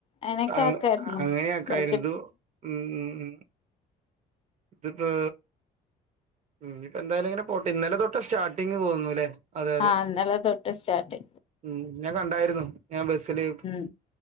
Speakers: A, on the left; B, on the right.
A: അങ്ങനൊക്കെ
B: അ
A: ആക്കായിരുന്നു
B: അങ്ങനെയൊക്കൊയിരുന്നു
A: കൊറച്ച്
B: ഉം ഉ ത്പ്പോ ഇനിപ്പോ എന്തായാലും ഇങ്ങനെ പോട്ടെ ഇന്നലെ തൊട്ട സ്റ്റാർട്ടിങ്ങ് തോന്നുന്നുല്ലേ അതെ അതെ
A: ആഹ അന്നലെ തൊട്ട് സ്റ്റാർട്ടി
B: ഉം ഞാൻ കണ്ടായിരുന്നു ഞാൻ ബസ്സില്
A: ഉം